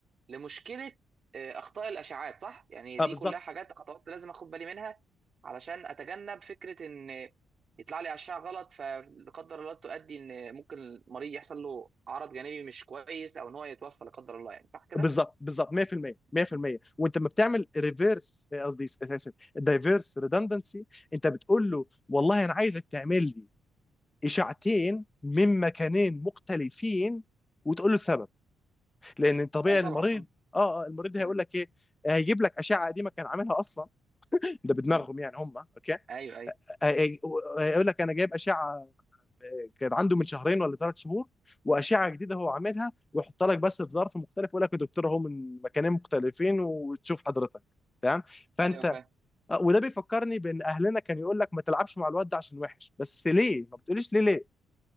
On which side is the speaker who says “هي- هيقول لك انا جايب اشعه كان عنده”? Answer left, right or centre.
Left